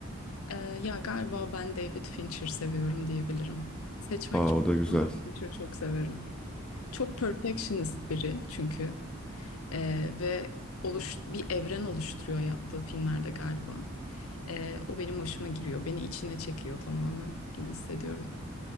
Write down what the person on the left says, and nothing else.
Ee, ya galiba ben David Fincher seviyorum diyebilirim. Seçmek
çok
zor
ama Fincher'ı çok severim. Çok perfectionist biri çünkü Ee, ve oluş bir evren oluşturuyor yaptığı filmlerde galiba. Ee, o benim hoşuma giriyor. Beni içine çekiyor tamamen gibi hissediyorum.